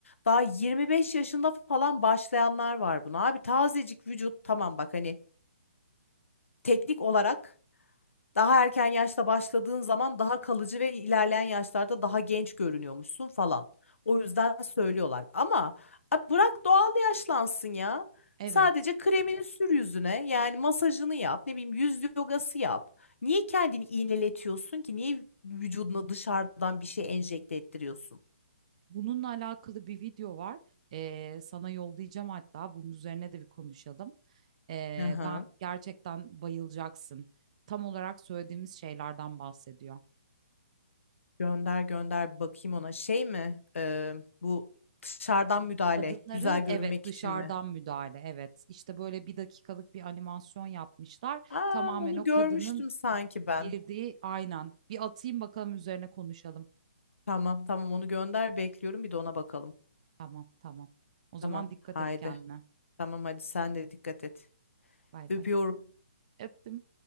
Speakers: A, on the left; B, on the right.
A: Daha 25 yaşında falan başlayanlar var buna. Abi tazecik vücut tamam bak hani teknik olarak daha erken yaşta başladığın zaman daha kalıcı ve ilerleyen yaşlarda daha genç görünüyormuşsun falan. O yüzden söylüyorlar. Ama abi bırak doğal yaşlansın ya.
B: Evet.
A: Sadece kremini sür yüzüne. Yani masajını yap. Ne bileyim yüz yogası yap. Niye kendini iğneletiyorsun ki? Niye vücuduna dışarıdan bir şey enjekte ettiriyorsun?
B: Bununla alakalı bir video var. Ee, sana yollayacağım hatta. Bunun üzerine de bir konuşalım. Ee,
A: Aha.
B: ben gerçekten bayılacaksın. Tam olarak söylediğimiz şeylerden bahsediyor.
A: Gönder gönder bir bakayım ona. Şey mi? Ee, bu dışarıdan müdahale
B: Kadınların
A: güzel görünmek
B: evet dışarıdan
A: için mi?
B: müdahale evet işte böyle bir dakikalık bir animasyon yapmışlar
A: Aa,
B: tamamen
A: onu
B: o
A: görmüştüm
B: kadının
A: sanki ben.
B: girdiği aynen bir atayım bakalım üzerine konuşalım
A: Tamam tamam onu gönder bekliyorum bir de ona bakalım.
B: tamam tamam o zaman
A: Tamam
B: dikkat
A: haydi.
B: et kendine
A: Tamam hadi sen de dikkat et.
B: bay
A: Öpüyorum.
B: bay öptüm.